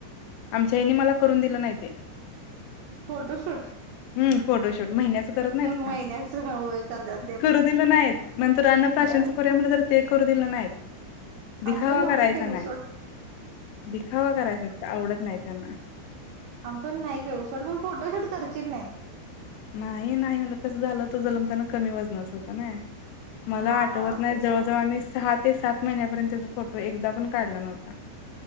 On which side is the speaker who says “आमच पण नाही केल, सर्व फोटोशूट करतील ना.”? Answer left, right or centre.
Right